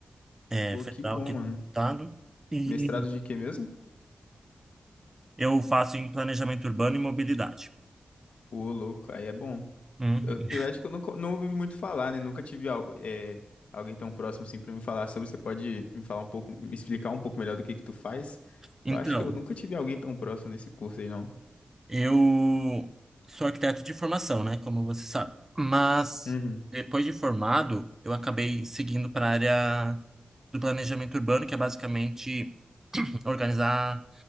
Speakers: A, on the right; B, on the left.
A: é,
B: Pô,
A: federal
B: que bom,
A: aqui do
B: mano.
A: estado, e
B: Mestrado de quê mesmo?
A: eu faço em planejamento urbano e mobilidade.
B: Pô, louco, aí é bom.
A: Uhum.
B: Apesar de que eu nunca, não ouvi muito falar, né? Nunca tive al- é, alguém tão próximo assim pra me falar sobre. Você pode me falar um pouco, me explicar um pouco melhor do que que tu faz?
A: Então,
B: Eu acho que eu nunca tive alguém tão próximo nesse curso aí, não.
A: Eu sou arquiteto de formação, né? Como você sabe. Mas
B: Uhum.
A: depois de formado, eu acabei seguindo para a área do planejamento urbano, que é basicamente organizar